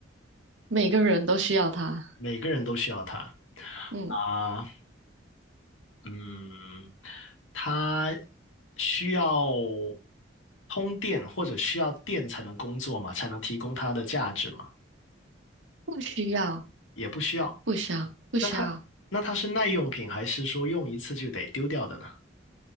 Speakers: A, on the right (about 75°); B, on the left (about 80°).
A: 每个人都需要它。
B: 每个人都需要它
A: 嗯，
B: 啊。嗯，它需要通电或者需要电才能工作嘛，才能提供它的价值嘛？
A: 不需要，
B: 也不需要。
A: 不需要，不需要。
B: 那它那它是耐用品，还是说用一次就得丢掉的呢